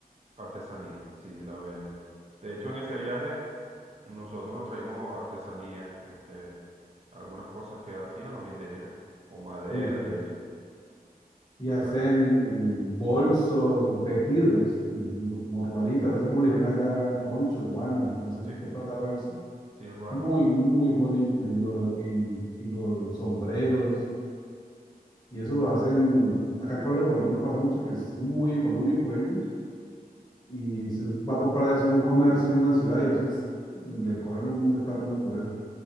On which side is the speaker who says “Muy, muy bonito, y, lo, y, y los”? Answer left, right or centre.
Left